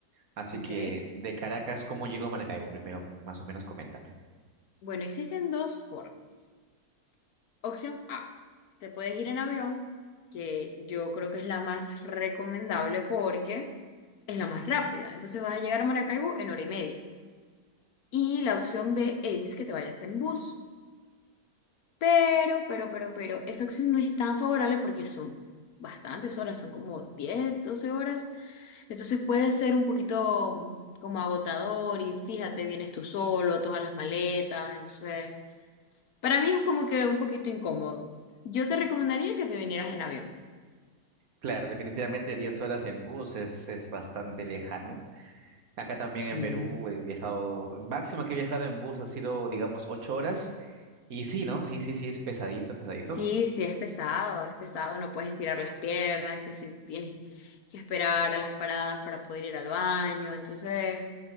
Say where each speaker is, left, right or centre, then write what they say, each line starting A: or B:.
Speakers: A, on the right; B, on the left.
A: así
B: Ok.
A: que de Caracas, ¿cómo llego a Maracaibo? Primero, más o menos, coméntame.
B: Bueno, existen dos formas. Opción A, te puedes ir en avión, que yo creo que es la más recomendable porque es la más rápida. Entonces vas a llegar a Maracaibo en hora y media. Y la opción B es que te vayas en bus. Pero, pero, pero, pero, esa opción no es tan favorable porque son bastantes horas, son como 10, 12 horas. Entonces puede ser un poquito como agotador y fíjate, vienes tú solo, todas las maletas, entonces... Para mí es como que un poquito incómodo. Yo te recomendaría que te vinieras en avión.
A: Claro, definitivamente 10 horas en bus es, es bastante lejano. Acá también
B: Sí.
A: en Perú he viajado, máximo que he viajado en bus ha sido, digamos, 8 horas. Y sí, ¿no? Sí, sí, sí, es pesadito, pesadito.
B: Sí, sí, es pesado, es pesado, no puedes tirar las piernas, que si tienes que esperar a las paradas para poder ir al baño. Entonces,